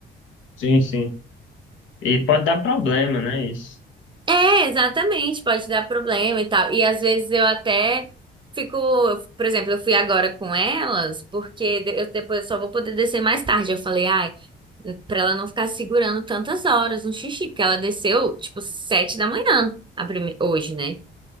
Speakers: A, on the left (about 75°); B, on the right (about 25°).
A: Sim, sim. E pode dar problema, né? Isso.
B: É, exatamente, pode dar problema e tal. E às vezes eu até fico, por exemplo, eu fui agora com elas, porque de- eu depois só vou poder descer mais tarde. Eu falei, ai, pra ela não ficar segurando tantas horas no xixi, porque ela desceu tipo sete da manhã, a prime... hoje, né?